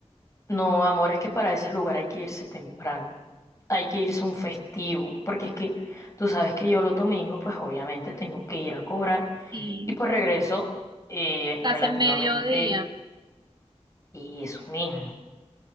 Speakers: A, on the left; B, on the right.
A: No, amor, es que para ese lugar hay que irse temprano. Hay que irse un festivo. Porque es que tú sabes que yo los domingos, pues obviamente tengo que ir a cobrar.
B: Sí,
A: Y pues regreso eh, relativamente
B: casi el mediodía.
A: y eso mismo.